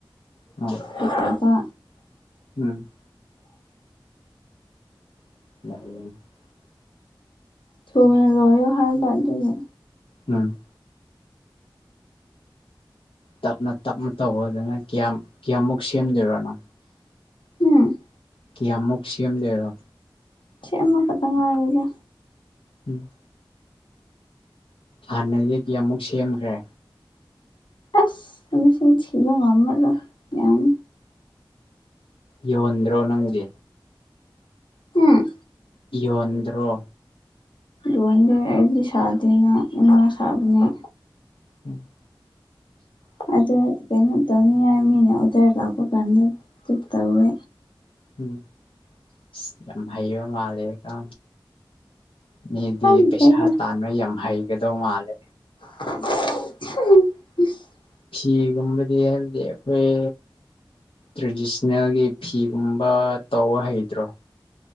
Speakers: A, on the left; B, on the left.
A: ꯑꯥ
B: ꯄꯠꯇ
A: ꯎꯝ ꯎ
B: ꯊꯨꯅꯥ ꯂꯣꯏꯌꯣ ꯍꯥꯏꯕꯥ ꯑꯗꯨꯒꯤ
A: ꯎꯝ ꯇꯞꯅ ꯇꯞꯅ ꯇꯧꯕꯗꯨꯅ ꯀꯌꯥꯝ ꯀꯌꯥꯃꯨꯛ ꯁꯦꯝꯗꯣꯏꯅꯣ
B: ꯎꯝ
A: ꯀꯤꯌꯥꯃꯨꯛ ꯁꯦꯝꯗꯣꯏꯔꯣ
B: ꯁꯤ ꯑꯃꯥ ꯈꯛꯇꯥ ꯉꯥꯏꯔꯦꯗꯥ
A: ꯎꯝ ꯍꯥꯟꯅꯗꯒꯤ ꯑꯃꯨꯛ ꯁꯦꯝꯈ꯭ꯔꯦ
B: ꯑꯁ ꯁꯁꯤ ꯊ ꯑꯃꯔ ꯌꯥꯝ
A: ꯌꯣꯟꯗꯔꯣ ꯅꯪꯗꯤ
B: ꯎꯝ
A: ꯌꯣꯟꯗ꯭ꯔ
B: ꯂꯣꯟꯗꯤ ꯑꯩꯗꯤ ꯁꯥꯗꯦꯅ ꯏꯃꯥ ꯁꯥꯕꯅꯦ
A: ꯎꯝ
B: ꯑꯗꯨ ꯀꯩꯅꯣ ꯇꯧꯅꯤꯡꯉꯥꯏ ꯃꯤꯅ ꯑꯣꯗꯔ ꯂꯥꯛꯄ ꯀꯥꯟꯗ ꯇꯧꯋꯦ
A: ꯎꯝꯃꯣ ꯃꯥꯂ ꯀ ꯃꯤꯗꯤ
B: ꯈꯪꯗ꯭ꯔꯦꯗ
A: ꯄꯩꯁꯥ ꯇꯥꯟꯕ ꯌꯥꯝ ꯍꯩꯒꯗꯧ ꯃꯥꯜꯂꯦ
B: <unintelligible>
A: ꯐꯤꯒꯨꯝꯕꯗꯤ ꯍꯥꯏꯗꯤ ꯑꯩꯈꯣꯏ ꯇ꯭ꯔꯦꯗꯤꯁꯅꯦꯜꯒꯤ ꯐꯤꯒꯨꯝꯕ ꯇꯧꯕ ꯍꯩꯇ꯭ꯔꯣ